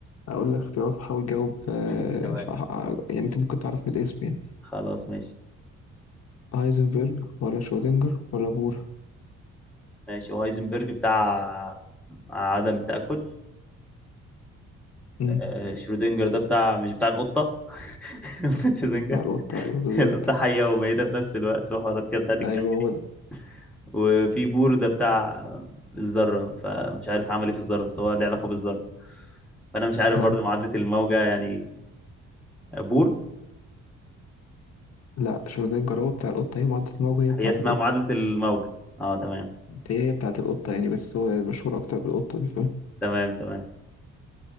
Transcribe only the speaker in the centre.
ماشي تمام
خلاص ماشي
ماشي وهايزنبرج بتاع عدم التاكد
آه، شرودنجر ده بتاع مش بتاع القطة <laughs> شرودنجر
القطة حية وميتة في نفس الوقت وحوارات كده بتاعت الكم
دي
وفي بور ده بتاع الذرة فمش عارف عمل ايه في الذرة بس هو له علاقة بالذرة فأنا مش عارف
برضه معادلة الموجة يعني بور
هي اسمها
معادلة الموجة اه تمام
تمام تمام